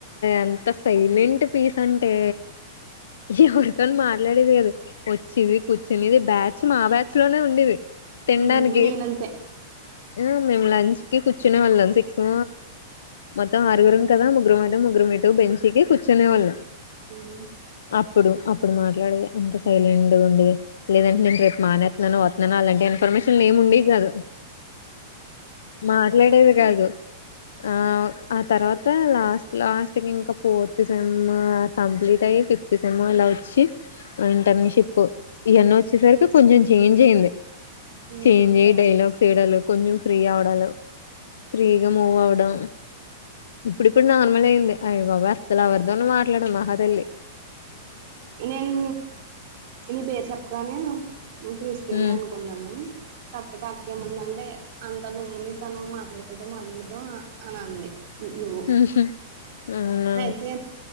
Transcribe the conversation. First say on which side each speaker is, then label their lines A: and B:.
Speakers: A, on the left; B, on the right.
A: ఎంత సైలెంట్ పీస్ అంటే ఎవరితోన మాట్లాడేది కదా వచ్చేది కూర్చునిది బ్యాచ్ మా బ్యాచ్ లోనే ఉండేది తినడానికి
B: మ్మ్ నేనంతే
A: ఆ మేము లంచ్ కి కూర్చునే వెళ్ళాం సిక్స్మ మొం ఆరుగురం కదా ముగ్గురు మేటం ముగగురుే టు బెంచకి కుచనే వాళ్ళం
B: ఉ
A: అప్పుడు అప్పుడు మాట్లాడేది అంత సైలెంట్ ఉంది లేదంటే నేను రేపు మానేతున్నాను వస్తున్నాను అలాంటి ఇన్ఫర్మేషన్ ఏము ఉండే కాదు మాట్లాడేది కాదు ఆ ఆ తర్వాత లాస్ట్ లాస్ట్ క ఇంకా పో ఫ్ సెమ్ కంప్లీట్ అయ ఫిఫ్త్ సెమ్ ఇలా వచ్చి ఇంటర్న్షిప్ వచ్చేసరికి కొంచెం చేంజ్ అయ్యంది
B: మ్మ్
A: చేంజ్ అయ్యి డైలాగ్స్ వయడాల కొంచెం ఫ్రీ ఆవడాాల ఫ్రీగా మూవ్ అవడం ఇప్పుడిప్పుడు నార్మల్ అయింది. అయబాబా అసలు ఎవరితోను మాట్లా మహాదల్లి
B: నేను నీ పేరు చెప్పగానే క్రిస్టినే
A: హ్మ్.
B: అనుకో ఉన్నాను తప్పతే అక్కేముందంటే అంత గమ్ము తను మాట్లాడుతదో మాట్లాడదో అని అంది. నువ
A: ఉహు అవునా
B: ఐతే